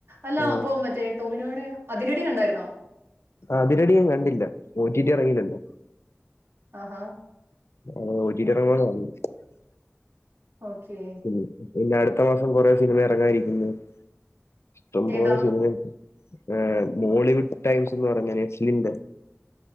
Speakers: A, on the right; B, on the left.
A: അല്ലാ
B: ആ,
A: അപ്പൊ മറ്റേ ടൊവിനോയുടെ അതിര് അടി കണ്ടായിരുന്നോ?
B: ആഹ് അതിര് അടി ഞാൻ കണ്ടില്ല ഒ ടി ടി അറങ്ങിയിട്ട് ഇണ്ട്.
A: ആഹാ
B: അതെ ഒ ടി ടി എറങ്ങ്ണ <unintelligible>
A: ഓക്കേ
B: ഉം പിന്നെ അടുത്ത മാസം കുറേ സിനിമ എറങ്ങാൻ ഇരിക്കുന്നു ഇഷ്ടംപോലെ
A: ഏതാ
B: സിനിമ ഉണ്ട്. ഏഹ് മോളിവുഡ് ടൈംസ് എന്ന് പറഞ്ഞ നസ്ലിമിന്റെ